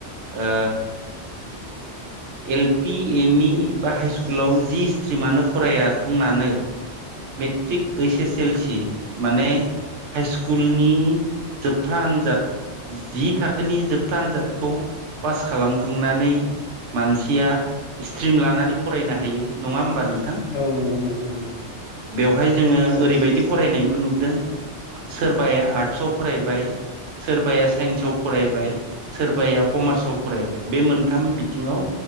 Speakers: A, on the right; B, on the left.
A: ओ एल पि एम इ बा हाइस््कुलाव जि स्ट्रिमानो फरायाथों मानो मेट्रिक ओइस एस एल सि माने हाइ स्कुलनि जोबथा आनजाद जि थाखोनि जोबथा आनजादखौ पास खालामखांनानै मानसिया स्ट्रिम लानानै फरायनो हायो नङा होमबा नों
B: औ नोंगौ नोंथां नोंगौ
A: बाहाय जोङो ओरैबायदि फरायनायबो नुदों सोरबाया आर्टसाव फरायबाय सोरबाया साइन्सआव फरायबाय सोरबाया कमार्सआव फरायबाय बे मोनथाम बिथिङाव